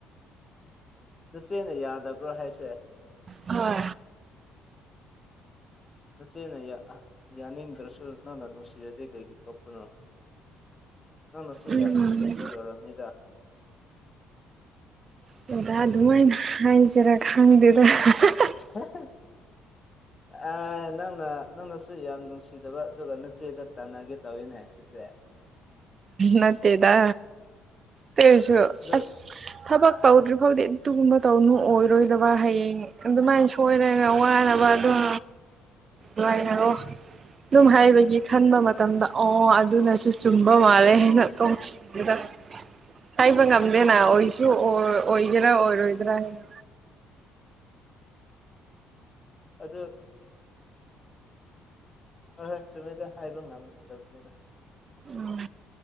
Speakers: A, on the left; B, on the right.
A: ꯅꯆꯦꯅ ꯌꯥꯗꯕ꯭ꯔ ꯍꯥꯏꯁꯦ
B: ꯍꯣꯏ
A: ꯅꯆꯦꯅ ꯌꯥ ꯌꯥꯅꯤꯡꯗ꯭ꯔꯁꯨ ꯅꯪꯅ ꯅꯨꯡꯁꯤꯔꯗꯤ ꯀꯩꯒꯤ ꯇꯣꯛꯄꯅꯣ ꯅꯪꯅꯁꯨ
B: ꯎꯝ
A: ꯌꯥꯝ ꯅꯨꯡꯁꯤꯗꯕꯒꯤ ꯑꯣꯏꯔꯝꯅꯤꯗ
B: <unintelligible> ꯑꯗꯨꯝꯃꯥꯏꯅ ꯍꯥꯏꯁꯤꯔ ꯈꯪꯗꯦꯗ <unintelligible>
A: <unintelligible> ꯑꯥ ꯅꯪꯅ ꯅꯪꯅꯁꯨ ꯌꯥꯝ ꯅꯨꯡꯁꯤꯗꯕ ꯑꯗꯨꯒ ꯅꯆꯦꯗ ꯇꯥꯟꯅꯒꯦ ꯇꯧꯋꯤꯅꯦ ꯁꯤꯁꯦ
B: ꯅꯠꯇꯦꯗ ꯇꯩꯔꯁꯨ
A: ꯑꯗꯨ
B: ꯑꯁ ꯊꯕꯛ ꯇꯧꯗ꯭ꯔꯤꯐꯧꯗꯤ ꯑꯗꯨꯒꯨꯝꯕ ꯇꯧꯅꯨ ꯑꯣꯏꯔꯣꯏꯗꯕ ꯍꯌꯦꯡ ꯑꯗꯨꯃꯥꯏꯟ ꯁꯣꯏꯔꯒ ꯋꯥꯅꯕ ꯑꯗꯨꯝ <unintelligible> ꯗꯨꯝ ꯍꯥꯏꯕꯒꯤ ꯈꯟꯕ ꯃꯇꯝꯗ ꯑꯣ ꯑꯗꯨꯅꯁꯨ ꯆꯨꯝꯕ ꯃꯥꯜꯂꯦ <unintelligible> ꯍꯥꯏꯕ ꯉꯝꯗꯦꯅ ꯑꯣꯏꯁ ꯖ <unintelligible> ꯑꯣꯔ ꯑꯣꯏꯒꯦꯔ ꯑꯣꯏꯔꯣꯏꯗ꯭ꯔꯥ ꯍꯥꯏꯅ
A: ꯑꯗꯨ ꯍꯣꯏ ꯍꯣꯏ ꯆꯨꯝꯃꯦꯗ ꯍꯥꯏꯕ ꯉꯝꯗꯕꯅꯦꯗ
B: ꯎꯝ